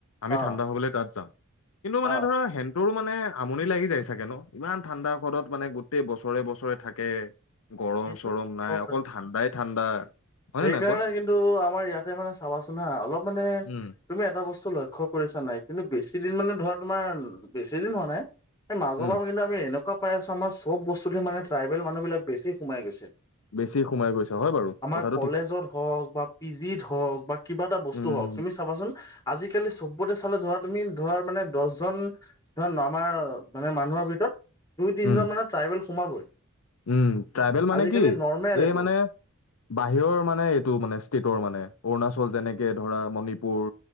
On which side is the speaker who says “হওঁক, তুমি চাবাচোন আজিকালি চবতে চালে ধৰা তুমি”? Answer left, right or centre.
Left